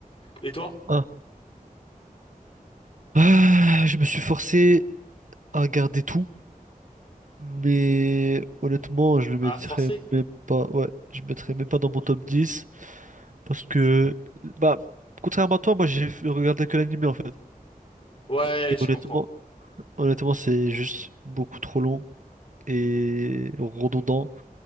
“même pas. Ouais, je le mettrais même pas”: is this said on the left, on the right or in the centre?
Right